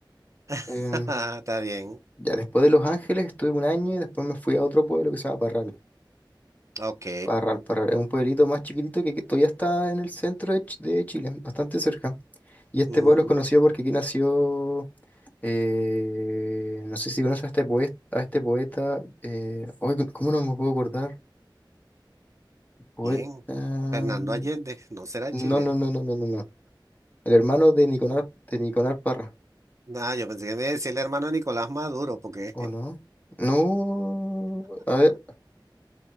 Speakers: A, on the right (about 40°); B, on the left (about 20°).
A: <laughs>
B: Em,
A: Ajá. Está bien,
B: ya, después de Los Ángeles estuve un año y después me fui a otro pueblo que se llama Parral.
A: ok,
B: Parral, Parral es un pueblito más chiquitito que, que todavía está en el centro de, Ch- de Chile, bastante cerca. Y este
A: Mm,
B: pueblo es conocido porque aquí nació, eh, no sé si conoces a este poeta, a este poeta, eh, ay, ¿cómo no me puedo acordar? Poeta,
A: bien. Fernando
B: no,
A: Allende, no será chileno.
B: no, no, no, no, no, no. El hermano de Niconar, de Niconar Parra,
A: Ah, yo pensé que me decía el hermano de Nicolás Maduro, porque
B: ¿o no? No, a ver,